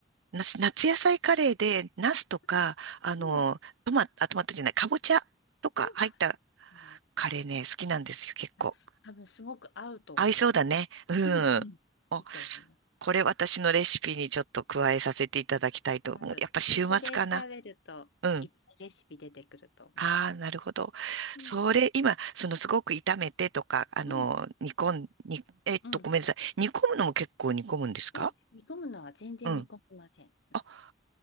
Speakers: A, on the right; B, on the left.
A: な夏野菜カレーで、ナスとか、
B: うん。
A: あの、
B: うん
A: トマ、あ、トマトじゃない、かぼちゃとか入った
B: あ、ね。
A: カレーね、好きなんですよ、結構。
B: あ、多分すごく合うと思います。
A: 合いそうだね。うん。
B: うんうん。
A: お、
B: いいと思います。
A: これ私のレシピにちょっと加えさせていただきたいと思う。
B: 多分ネットで調べると、
A: やっぱ週末かな。うん。
B: いっぱいレシピ出てくると思うの。
A: ああ、なるほど。
B: うん。
A: それ、今、そのすごく炒めてとか、あの、
B: うん。
A: 煮込ん、に、えっと、
B: うん。
A: ごめんなさい。煮込むのも結構煮込むんですか
B: いえ煮込むのは全然煮込みません。
A: うん。あ、